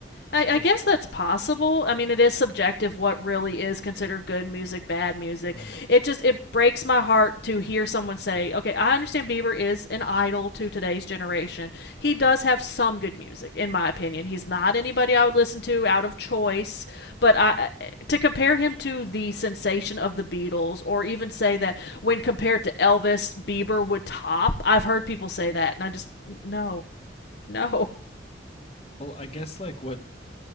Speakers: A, on the left; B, on the left.
A: I, I
B: But
A: guess that's possible. I mean, it is subjective what really is considered good music, bad music.
B: right.
A: It just it breaks my heart to hear someone say, "Okay, I understand Bieber is an idol to today's generation. He does have some good music, in my opinion. He's not anybody I would listen to out of choice, but I to compare him to the sensation of the Beatles, or even say that when compared to Elvis, Bieber would top. I've heard people say that, and I just no, no.
B: Well, I guess like what